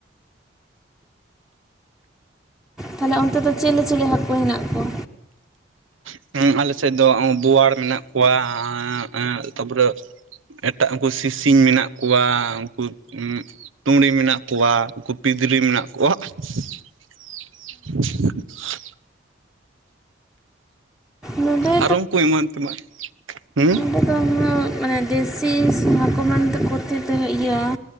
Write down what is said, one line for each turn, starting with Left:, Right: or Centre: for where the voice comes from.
Centre: ᱛᱟᱦᱞᱮ ᱚᱱᱛᱮ ᱫᱚ ᱪᱤᱞᱮ ᱪᱤᱞᱤ ᱦᱟᱹᱠᱩ ᱦᱮᱱᱟᱜ ᱠᱚᱣᱟ?
Right: <inaudible> ᱟᱞᱮᱥᱮᱫ ᱫᱚ ᱵᱳᱣᱟᱲ ᱢᱮᱱᱟᱜ ᱠᱚᱣᱟ <inaudible> ᱛᱟᱯᱨᱳᱜ ᱾ ᱮᱴᱟᱜ ᱩᱱᱠᱩ ᱥᱤᱥᱤᱧ ᱢᱮᱱᱟᱜ ᱠᱚᱣᱟ ᱩᱱᱠᱩ <inaudible> ᱛᱩᱲᱤ ᱢᱮᱱᱟᱜ ᱠᱚᱣᱟ ᱩᱱᱠᱩ ᱯᱤᱯᱨᱤ ᱢᱮᱱᱟᱜ ᱠᱚᱣᱟ <inaudible> <inaudible>
Centre: ᱱᱚᱸᱰᱮ
Right: ᱟᱨ ᱩᱱᱠᱩ ᱮᱢᱟᱱ ᱛᱮᱢᱟᱱ ᱦᱩᱸ ᱾
Centre: <inaudible> ᱚᱸᱰᱮ ᱫᱚ ᱢᱟᱱᱮ ᱫᱮᱥᱤ ᱦᱟᱹᱠᱳ ᱢᱮᱱᱛᱮ <unintelligible> ᱤᱭᱟᱹᱼᱟ